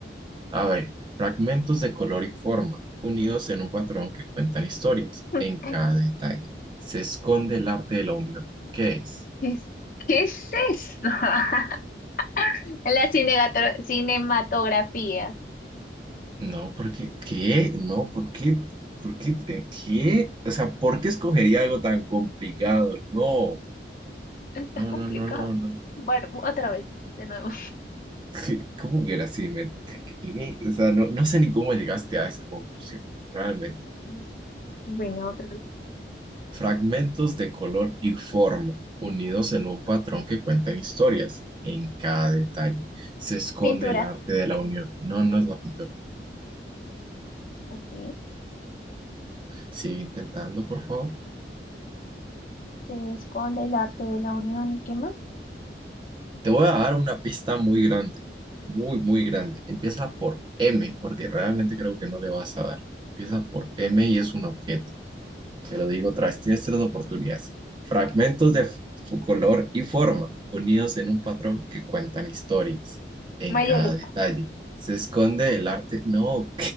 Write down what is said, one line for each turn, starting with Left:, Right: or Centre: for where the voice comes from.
Right: A ver, fragmentos de color y forma, unidos en un patrón que cuentan historias.
Left: <laughs>
Right: En cada detalle se esconde el arte de la unión. ¿Qué es?
Left: ¿Qué es, qué es eso? <laughs> La cinegato- cinematografía.
Right: No, porque, ¿qué? No, ¿por qué? ¿Por qué? Eh, ¿Qué? O sea, ¿por qué escogería algo tan complicado? No,
Left: Está
Right: no,
Left: complicado.
Right: no, no, no, no.
Left: Bueno, otra vez, de nuevo.
Right: ¿Qué? ¿Cómo que era así? ¿Me- ¿Qué? O sea, no, no sé ni cómo llegaste a esa conclusión, realmente.
Left: Mm, Bueno, otra vez.
Right: Fragmentos de color y forma, unidos en un patrón que cuentan historias. En cada detalle se esconde
Left: Pintura.
Right: el arte de la unión. No, no es la pintura.
Left: Ok.
Right: Sigue intentando, por favor.
Left: Se esconde el arte de la unión y qué más.
Right: Te voy a dar una pista muy grande, muy, muy grande. Empieza por M, porque realmente creo que no le vas a dar. Empieza por M y es un objeto. Te lo digo otra vez, tienes tres oportunidades. Fragmentos de f- su color y forma, unidos en un patrón que cuentan historias. En
Left: Mayólica.
Right: cada detalle se esconde el arte. No,